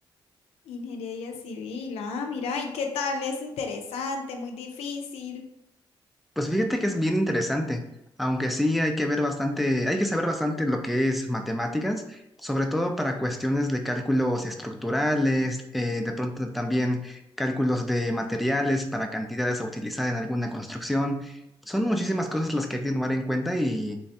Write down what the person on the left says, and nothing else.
Ingeniería civil, ah, mira, ¿y qué tal? Es interesante, muy difícil.